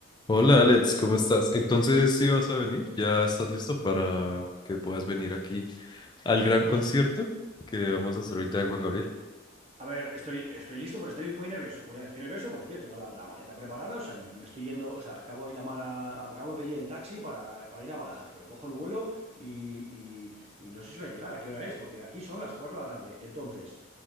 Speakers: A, on the left (about 20°); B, on the right (about 30°).
A: Hola Alex, ¿cómo estás? Entonces, ¿sí vas a venir? ¿Ya estás listo para que puedas venir aquí al gran
B: Uf,
A: concierto que vamos a hacer ahorita de Juan Gabriel?
B: a ver, estoy, estoy listo, pero estoy muy nervioso, Julián. Estoy nervioso porque, tío, tengo la, la maleta preparada. O sea, me, me estoy yendo. O sea, acabo de llamar a, acabo de pedir el taxi para, para ir a Barajas, pero cojo el vuelo y, y- y no sé si voy a llegar a qué hora es, porque aquí son las 4 de la tarde. Entonces,